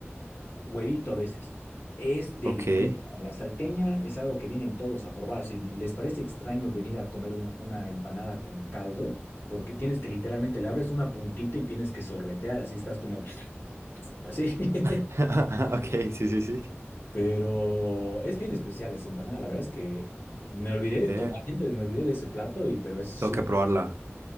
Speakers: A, on the left; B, on the right.
A: Huevito a veces. Es deliciosa.
B: Ok.
A: La salteña es algo que vienen todos a probar. Si les parece extraño venir a comer una, una empanada con caldo, porque tienes que literalmente le abres una puntita y tienes que sorbetear, así estás como <sniffs> así. <laughs>
B: <laughs> Ok, sí, sí, sí.
A: Pero es bien especial esa empanada. La verdad es que me olvidé
B: Ve,
A: totalmente, de- me olvidé de ese plato, y, pero es su
B: tengo que probarla.